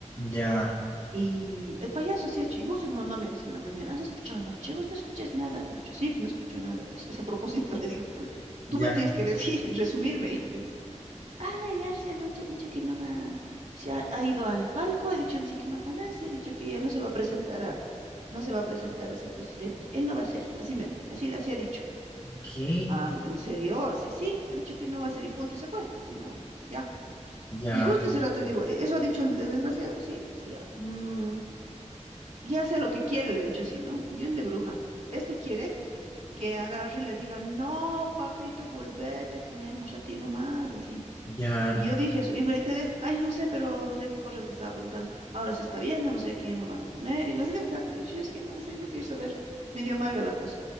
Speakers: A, on the left; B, on the right.
A: ya,
B: Y el payaso se ha hecho, y justo mi mamá me dice en la mañana, ¿has escuchado anoche? Vos no escuchas nada. Le he dicho, sí, no escucho nada. Es, es a propósito, <laughs> le digo.
A: ya,
B: tú me tienes que decir, <laughs> resumirme, y así, ¿no? Ah, el Arce anoche ha dicho que no va, se ha, ha ido al palco, ha dicho no sé qué macanaz, y ha dicho que ya no se va a presentar a, no se va a presentar a ser presidente, él no va a ser, así me ha dicho, así, así ha dicho.
A: ¿qué?
B: Ah, ¿en serio? Así, sí, ha dicho que no va a ser y punto, y se fue, así no, ya.
A: Ya,
B: Y justo ese rato digo, "E- eso ha dicho el, el desgraciado, sí, así ya. mm, ya sé lo que quiere, le he dicho así, ¿no? Bien de bruja. Este quiere que agarre y le diga, no, papito, volvete, queremos a ti nomás, así.
A: ya,
B: Y yo dije eso, y me quedé, ay, no sé, pero no sé qué cosas me estaba preguntando. Ahora se está viendo, no sé a quién lo van a poner, y no sé qué me estaba comiendo. Es que no, en serio no quiero saber. Medio amarga la cosa.